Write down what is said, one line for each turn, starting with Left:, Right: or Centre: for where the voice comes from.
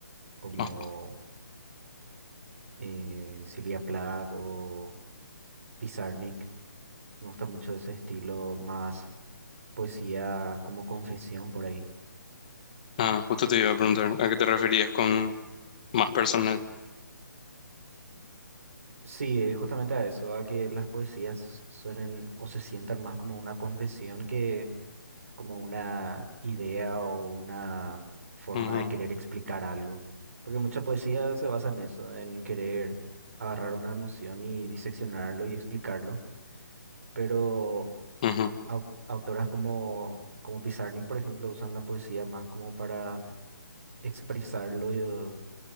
Right: como
Left: Ah,
Right: eh, Silvia Plath o Pizarnik. Me gusta mucho ese estilo más poesía como confesión por ahí.
Left: ah, justo te iba a preguntar, ¿a qué te referías con más personal?
Right: Sí, eh, justamente a eso, a que las poesías suenen o se sientan más como una confesión que como una idea o una forma
Left: Ujú,
Right: de querer explicar algo. Porque mucha poesía se basa en eso, en querer agarrar una emoción y diseccionarlo y explicarlo. Pero
Left: ujú.
Right: au- autoras como, como Pizarnik, por ejemplo, usan la poesía más como para expresarlo, y, eh,